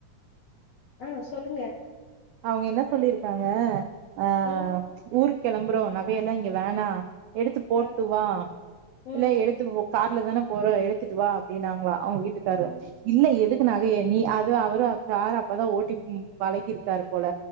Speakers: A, on the left; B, on the right.
A: ஆ சொல்லுங்க
B: அவுங்க என்ன சொல்லியிருக்காங்க அ
A: ம்
B: ஊருக்கெளம்புறோ நகையெல்லா இங்க வேணா எடுத்து போட்டு
A: ஆ
B: வா
A: ம்
B: இல்ல எடுத்து கார்ல தான போறோ எடுத்துட்டு வா அப்டின்னாங் ளா அவுங்க வீட்டுக்கரு
A: ஆ
B: இல்ல எதுக்கு நகைய நீ அத் து அவரு கார் அப்பதா ஓட்டி ம் பழகிருக்காரு போல